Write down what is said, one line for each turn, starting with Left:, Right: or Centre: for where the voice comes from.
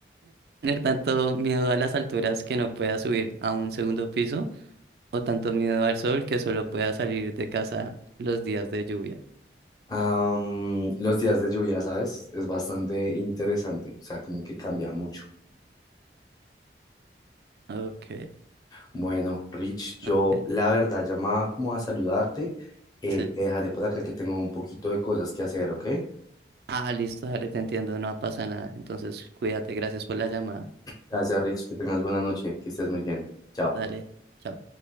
Right: Tener tanto miedo a las alturas que no pueda subir a un segundo piso o tanto miedo al sol que solo pueda salir de casa los días de lluvia.
Left: Am, los días de lluvia, ¿sabes? Es bastante interesante, o sea, como que cambia mucho.
Right: Ok,
Left: Bueno, Rich, yo
Right: ok.
Left: la verdad llamaba como a saludarte. Eh,
Right: Sí.
Left: te dejaré por acá que tengo un poquito de cosas que hacer, ¿ok?
Right: Ah, listo, dale, te entiendo, no pasa nada. Entonces, cuídate, gracias por la llamada.
Left: Gracias, Rich, que tengas buena noche, que estés muy bien. Chao.
Right: Dale. chao.